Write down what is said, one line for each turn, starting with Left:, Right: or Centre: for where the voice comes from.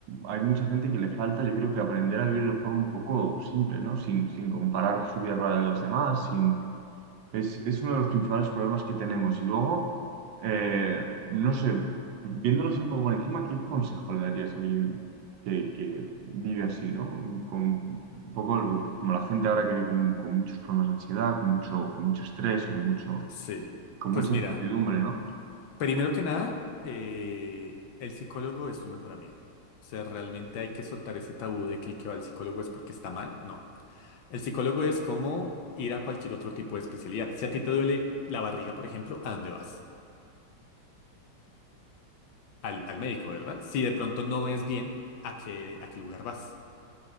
Right: hay mucha gente que le falta, yo creo que aprender a vivir de forma un poco simple, ¿no? Sin, sin comparar su vida con la de los demás, es, es uno de los principales problemas que tenemos. Y luego, eh, no sé, viéndolo así un poco por encima, ¿qué consejo le darías a alguien que, que vive así, ¿no? Con un poco lo- como la gente ahora que vive con, con muchos problemas de ansiedad, con mucho, con mucho estrés, con mucho,
Left: Sí.
Right: con
Left: Pues
Right: mucha
Left: mira,
Right: incertidumbre, ¿no?
Left: primero que nada, eh, el psicólogo es tu mejor amigo. O sea, realmente hay que soltar ese tabú de que el que va al psicólogo es porque está mal. No. El psicólogo es como ir a cualquier otro tipo de especialidad. Si a ti te duele la barriga, por ejemplo, ¿a dónde vas? Al, al médico, ¿verdad? Si de pronto no ves bien, ¿a qué, a qué lugar vas?